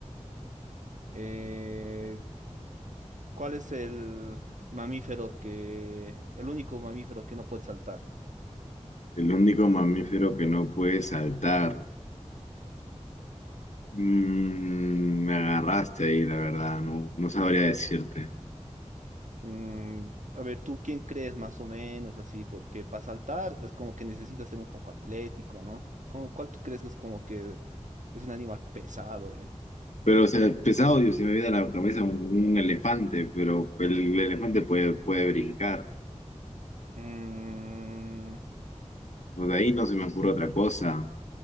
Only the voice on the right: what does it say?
eh, ¿cuál es el mamífero que, el único mamífero que no puede saltar?
Mm, a ver, ¿tú quién crees más o menos así? Porque para saltar es como que necesitas ser un poco atlético, ¿no? ¿Cómo- cuál tú crees que es como que es un animal pesado, digamos?
Mm,